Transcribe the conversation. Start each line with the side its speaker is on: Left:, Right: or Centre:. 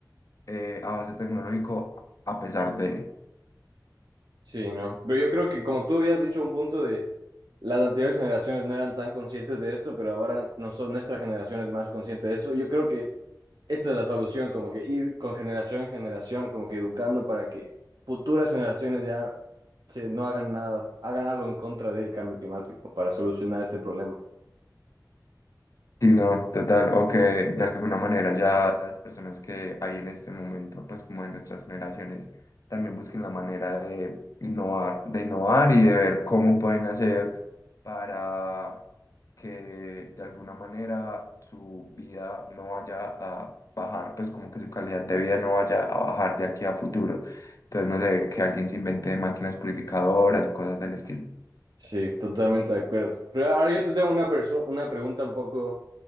Left: eh, avance tecnológico a pesar de,
Right: Sí, no. Pero yo creo que como tú habías dicho un punto de las anteriores generaciones no eran tan conscientes de esto, pero ahora no son, nuestra generación es más consciente de eso. Yo creo que esta es la solución, como que ir con generación en generación, como que educando para que futuras generaciones ya se, no hagan nada, hagan algo en contra del cambio climático para solucionar este problema.
Left: sí, no, total, o que de alguna manera ya las personas que hay en este momento, pues como en nuestras generaciones, también busquen la manera de innovar, de innovar y de ver cómo pueden hacer para que de alguna manera su vida no vaya a bajar, pues como que su calidad de vida no vaya a bajar de aquí a futuro. Entonces, no sé, que alguien se invente máquinas purificadoras o cosas del estilo.
Right: Sí, totalmente de acuerdo. Pero ahora yo te tengo una perso- una pregunta un poco